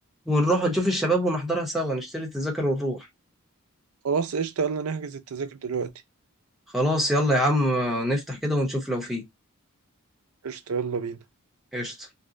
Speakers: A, in the centre; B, on the right (about 85°).
A: ونروح ونشوف الشباب ونحضرها سوا نشتري التذاكر ونروح
B: خلاص قشطة يلا نحجز التذاكر دلوقتي
A: خلاص يلا يا عم نفتح كده ونشوف لو فيه
B: قشطة يلا بينا
A: قشطة